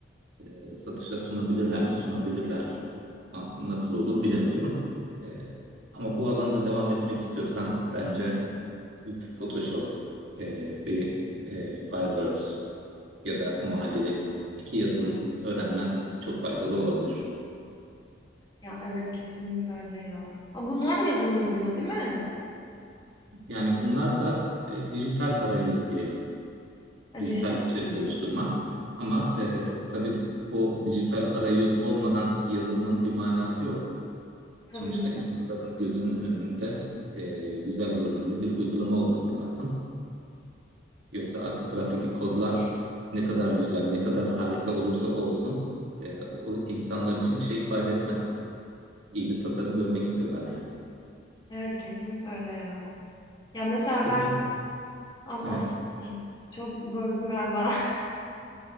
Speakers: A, on the right; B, on the left.
A: eee, satışa sunabilirler mi? Sunabilirler. A- Nasıl olur bilemiyorum. Eee, ama bu alanda devam etmek istiyorsan bence bir Photoshop, eee, bir eee, Fireworks ya da muadili iki yazılım öğrenmen çok faydalı olabilir.
B: Ya evet kesinlikle öyle ya. Aa, bunlar da yazılıma giriyor değil mi?
A: Yani bunlar da eee, dijital arayüz diyelim.
B: Ha,
A: dijital
B: dijital.
A: içerik
B: Evet.
A: oluşturma. Ama e, tabii o dijital arayüz olmadan yazılımın bir manası yok.
B: Tabii.
A: Sonuçta insanların gözünün önünde e, güzel görünümlü bir uygulama olması lazım. Yoksa arka taraftaki kodlar ne kadar güzel, ne kadar harika olursa olsun e, o insanlar için bir şey ifade etmez. İyi bir tasarım görmek istiyorlar yani.
B: Evet kesinlikle öyle ya. Ya mesela
A: Peki,
B: ben Af-
A: evet.
B: af- çok böldüm galiba. <laughs>